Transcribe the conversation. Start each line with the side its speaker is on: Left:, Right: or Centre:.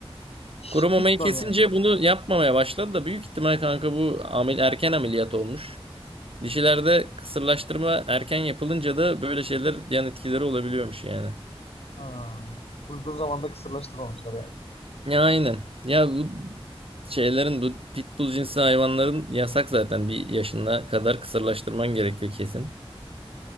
Left: hiç
Right: Kuru mamayı
Left: hiç tutmam
Right: kesince
Left: yani.
Right: bunu yapmamaya başladı da büyük ihtimal kanka bu amel, erken ameliyat olmuş. Dişilerde kısırlaştırma erken yapılınca da böyle şeyler yan etkileri olabiliyormuş yani.
Left: Ha. Uygun zamanda kısırlaştırmamışlar yani.
Right: Ya aynen. Ya bu şeylerin bu pitbull cinsi hayvanların yasak zaten bir yaşına kadar kısırlaştırman gerekiyor kesin.